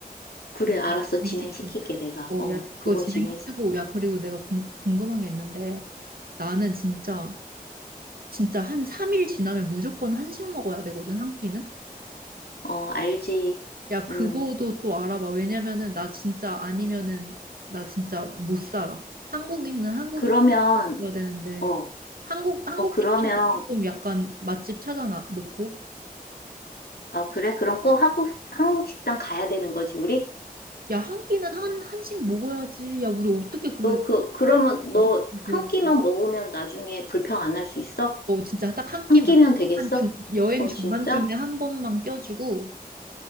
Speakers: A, on the left; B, on the right.
A: 그래,
B: 야, 이거
A: 알았어.
B: 진행시켜.
A: 진행시킬게, 내가.
B: 어,
A: 어,
B: 야, 그거
A: 그거
B: 진행시키고,
A: 진행,
B: 야, 그리고 내가 궁, 궁금한 게 있는데, 나는 진짜, 진짜 한 3일 지나면 무조건 한식 먹어야 되거든, 한 끼는?
A: 어, 알지.
B: 야, 그거도
A: 음,
B: 또 알아봐. 왜냐면은, 나 진짜 아니면은, 나 진짜 못 살아. 한국인은 한국
A: 그러면,
B: 먹어야 되는데
A: 어,
B: 한국 한국
A: 어, 그러면,
B: 식당도 조금 약간 맛집 찾아놔 놓고
A: 아, 그래? 그럼 꼭 한국, 한국 식당 가야 되는 거지, 우리?
B: 야 한 끼는 한 한식 먹어야지 야 우리 어떻게 그
A: 너 그, 그러면 너
B: 다섯 끼
A: 한
B: 그러고
A: 끼만 먹으면 나중에 불평 안 할 수 있어?
B: 뭐 진짜 딱 한
A: 한
B: 끼만
A: 끼면 되겠어?
B: 한 중, 여행
A: 어,
B: 중간쯤에
A: 진짜?
B: 한 번만 껴주고